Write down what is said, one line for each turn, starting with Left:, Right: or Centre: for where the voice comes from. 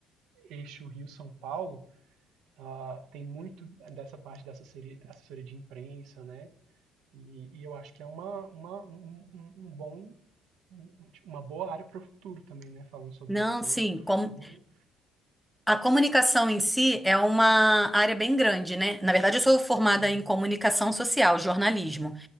Right: eixo Rio-São Paulo ah, tem muito dessa parte da assessoria, assessoria de imprensa, né? E, e eu acho que é uma, uma, um, um um um bom, um- um, tipo, uma boa área para o futuro também, né? Falando sobre
Centre: Não,
Right: planos
Centre: sim,
Right: para o
Centre: como,
Right: futuro.
Centre: a comunicação em si é uma área bem grande, né? Na verdade, eu sou formada
Right: Uhum.
Centre: em comunicação social, jornalismo.